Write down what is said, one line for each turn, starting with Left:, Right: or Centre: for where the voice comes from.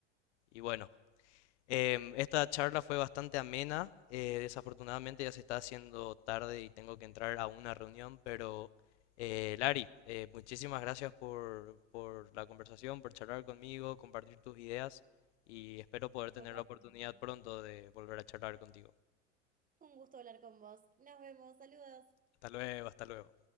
Left: Y bueno. Em, esta charla fue bastante amena. eh, desafortunadamente ya se está haciendo tarde y tengo que entrar a una reunión, pero eh, Lari, eh, muchísimas gracias por, por la conversación, por charlar conmigo, compartir tus ideas y espero poder tener
Right: Totalmente.
Left: la oportunidad pronto de volver a charlar contigo.
Right: Un gusto hablar con vos. Nos vemos. Saludos.
Left: Hasta luego, hasta luego.